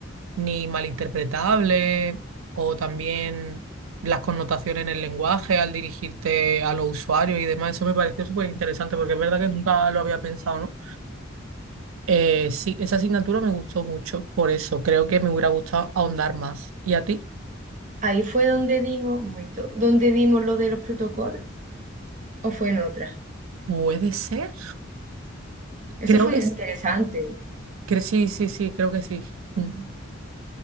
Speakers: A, on the right (about 80°); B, on the right (about 40°).
A: ni malinterpretables, o también las connotaciones en el lenguaje al dirigirte a los usuarios y demás. Eso me pareció súper interesante porque es verdad que nunca lo había pensado, ¿no? Eh, sí, esa asignatura me gustó mucho, por eso creo que me hubiera gustado ahondar más. ¿Y a ti?
B: Ahí fue donde dimos, un momento, donde dimos lo de los protocolos, o fue en otra.
A: ¿Puede ser?
B: Eso
A: Creo
B: fue
A: que
B: interesante.
A: sí. Cre- sí, sí, sí, creo que sí. Mm.
B: Ujú.